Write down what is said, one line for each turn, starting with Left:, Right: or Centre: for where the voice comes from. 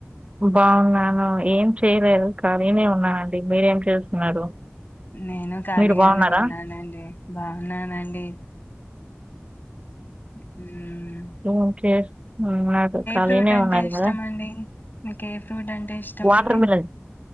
Right: బావున్నాను ఏం చేయలేదు ఖాళీనే ఉన్నానండి మీరేం చేస్తున్నారు
Left: నేనూ ఖాళీగానే
Right: మీరు బాగున్నారా
Left: ఉన్నానండి బాగున్నానండి మ్
Right: ఓఓకే కేర్ నాకు ఖాళీనే
Left: ఫ్రూట్ అంటే
Right: ఉన్నారు
Left: ఇష్టం
Right: కదా
Left: అండి మీకు ఏ ఫ్రూట్ అంటే ఇష్టం
Right: వాటర్
Left: అండి
Right: మిలన్